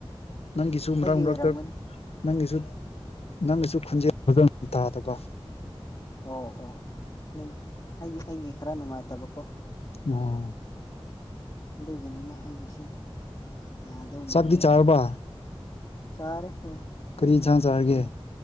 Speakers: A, on the left; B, on the left.
A: ꯅꯪꯒꯤꯁꯨ ꯃꯔꯛ
B: ꯑꯩꯒꯤ
A: ꯃꯔꯛꯇ
B: ꯑꯣꯏꯔꯝꯒꯅꯤ
A: ꯅꯪꯒꯤꯁꯨ ꯅꯪꯒꯤꯁꯨ ꯈꯨꯟꯖꯦꯜ ꯐꯖꯟ ꯇꯥꯗꯕ
B: ꯑꯣ ꯑꯣ ꯅꯪ ꯑꯩꯒꯤ ꯑꯩꯒꯤ ꯈꯔ ꯅꯨꯡꯉꯥꯏꯇꯕꯀꯣ
A: ꯑꯣ
B: ꯑꯗꯨꯒꯤꯅꯤꯅꯦ ꯑꯩꯒꯤꯁꯤ ꯌꯥꯗꯧ
A: ꯆꯥꯛꯇꯤ
B: ꯃꯥꯟꯗꯦ ꯑꯩꯗꯣ
A: ꯆꯥꯔꯕ
B: ꯆꯥꯔꯦ ꯍꯣꯏ
A: ꯀꯔꯤ ꯏꯟꯁꯥꯡ ꯆꯥꯔꯒꯦ